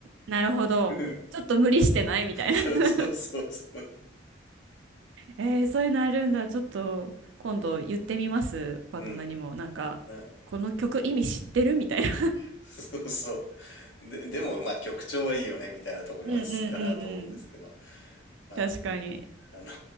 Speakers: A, on the right; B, on the left.
A: なるほど。
B: <laughs> うん
A: ちょっと無理してないみたいな
B: そうそうそうそう。
A: <laughs> えー、そういうのあるんだ。ちょっと今度言ってみます。パートナーにも。
B: うん。
A: なんか、
B: な、
A: この曲意味知ってるみたいな。
B: <laughs> そうそう。で、でも、まあ、曲調はいいよね、みたいなところに落ち着くかなと思うんですけど、
A: <laughs> うんうんうんうん。
B: まあ、
A: 確かに。
B: でも、あの、